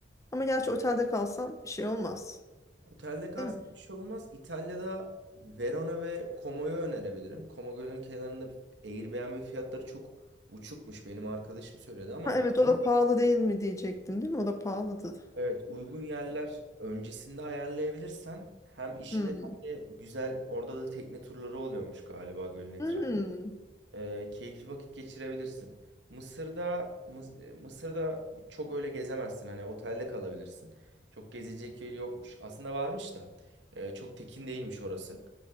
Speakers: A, on the left; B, on the right.
A: Ama gerçi otelde kalsam bir şey olmaz.
B: Otelde kalsak
A: Değil mi?
B: bir şey olmaz. İtalya'da Verona ve Como'yu önerebilirim. Como Gölü'nün kenarında Airbnb fiyatları çok uçukmuş. Benim arkadaşım söyledi ama
A: Ha, evet o da pahalı değil mi diyecektim değil mi? O da pahalıdır.
B: Evet, uygun yerler öncesinde ayarlayabilirsen hem işini
A: Hmm.
B: hem de güzel orada da tekne turları oluyormuş galiba gölün etrafı.
A: Hmm.
B: Ee, keyifli vakit geçirebilirsin. Mısır'da Mıs- e, Mısır'da çok öyle gezemezsin hani otelde kalabilirsin. Çok gezecek yer yokmuş. Aslında varmış da e, çok tekin değilmiş orası.